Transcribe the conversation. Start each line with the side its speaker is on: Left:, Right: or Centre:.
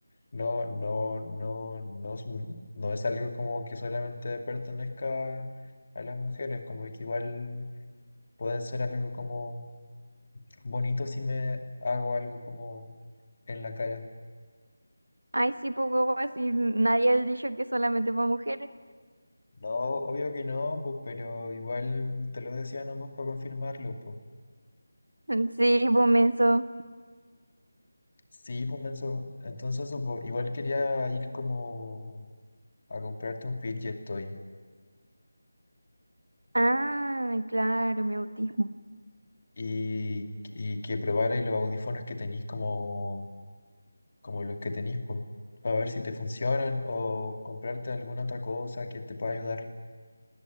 Left: no, no, no, no, es un- no es algo como que solamente pertenezca a las mujeres, como que igual puede ser algo como Bonito si me hago algo como en la cara.
Right: Ay, sí, pues huevo, así nadie ha dicho que es solamente para mujeres.
Left: No, obvio que no, pues, pero igual te lo decía nomás para confirmarlo, pues.
Right: <laughs> Sí, pues menso.
Left: Sí, pues, menso. Entonces, eso, pues, igual quería ir como a comprarte un fidget toy
Right: Ah, claro, mi autismo.
Left: y, y que probarais los audífonos que tenéis como, como los que tenéis, pues, para ver si te funcionan o comprarte alguna otra cosa que te pueda ayudar.